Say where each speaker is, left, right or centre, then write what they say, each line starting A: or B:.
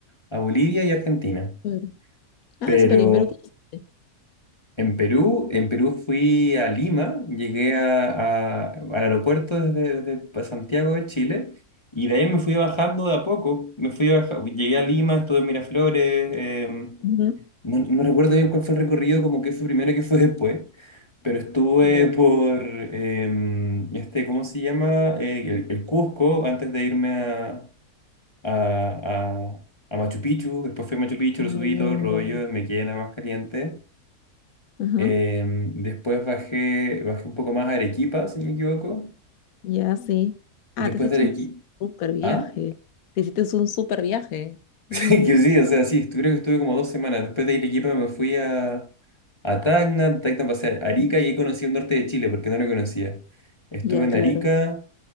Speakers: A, on the left; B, on the left.
A: a Bolivia y Argentina.
B: Perú. Ah,
A: Pero
B: súper bien, Perú. conocí.
A: en Perú, en Perú fui a Lima, llegué a- a- al aeropuerto desde, desde Santiago de Chile. Y de ahí me fui bajando de a poco. Me fui baja- llegué a Lima, estuve en Miraflores, em,
B: Ujú.
A: No, no recuerdo bien cuál fue el recorrido, como que fue primero y qué fue después, pero estuve
B: Ya.
A: por, eh, este, ¿cómo se llama? Eh, el, el Cusco, antes de irme a, a, a, a Machu Picchu, después fui a Machu Picchu, lo
B: Ay,
A: subí todo
B: lindo.
A: el rollo, me quedé en la más caliente,
B: Ajá,
A: Eh, después bajé, bajé un poco más a Arequipa, si no me equivoco,
B: Ya, sí. Ah,
A: después
B: te has hecho
A: de Arequipa,
B: un súper viaje.
A: ¿ah?
B: Te hiciste un súper viaje. Qué
A: <laughs>
B: lindo.
A: Que sí, o sea, sí, estu- creo que estuve como dos semanas. Después de Arequipa me fui a, a Tacna, de Tacna pasé a Arica
B: Ujú.
A: y ahí conocí el norte de Chile porque no lo conocía. Estuve
B: Ya,
A: en
B: claro.
A: Arica,